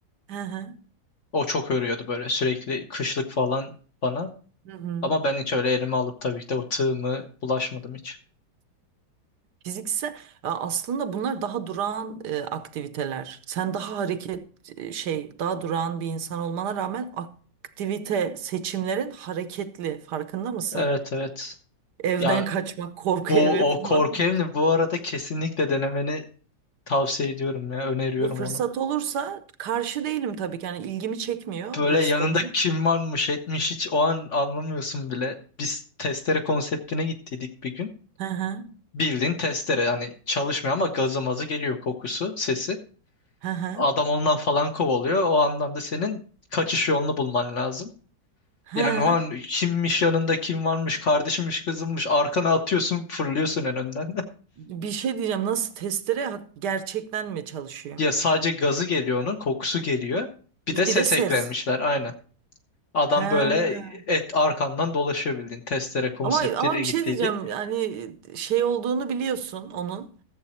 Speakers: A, on the right (about 70°); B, on the left (about 50°).
A: Hı hı.
B: O çok örüyordu böyle sürekli kışlık falan bana.
A: Hı hı.
B: Ama ben hiç öyle elime alıp tabii ki de o tığımı bulaşmadım hiç.
A: Fiziksel Ya aslında bunlar daha durağan e, aktiviteler. Sen daha hareket e, şey daha durağan bir insan olmana rağmen aktivite seçimlerin hareketli farkında mısın?
B: Evet evet.
A: Evden
B: Ya
A: kaçmak, korku
B: bu
A: evi
B: o
A: falan.
B: korku evini bu arada kesinlikle denemeni tavsiye ediyorum ya. Öneriyorum
A: Bu fırsat
B: onu.
A: olursa karşı değilim tabii ki. Yani ilgimi çekmiyor
B: Böyle
A: dürüst
B: yanında
A: olayım.
B: kim varmış etmiş hiç o an anlamıyorsun bile. Biz testere konseptine gittiydik bir gün.
A: Hı hı.
B: Bildiğin testere yani çalışmıyor ama gazı mazı geliyor kokusu, sesi.
A: Hı hı.
B: Adam ondan falan kovalıyor. O andan da senin kaçış yolunu bulman lazım.
A: Hı.
B: Yani o an kimmiş yanında kim varmış kardeşimmiş kızımmış arkana atıyorsun fırlıyorsun en önden.
A: Bir şey diyeceğim. Nasıl testere hak- gerçekten mi çalışıyor?
B: <laughs> Ya sadece gazı geliyor onun kokusu geliyor. Bir
A: Biz
B: de ses
A: bir de ses.
B: eklemişler aynen. Adam
A: He.
B: böyle et arkandan dolaşıyor bildiğin testere konseptiyle
A: Ama ama bir
B: gittiydik.
A: şey diyeceğim. Yani şey olduğunu biliyorsun onun.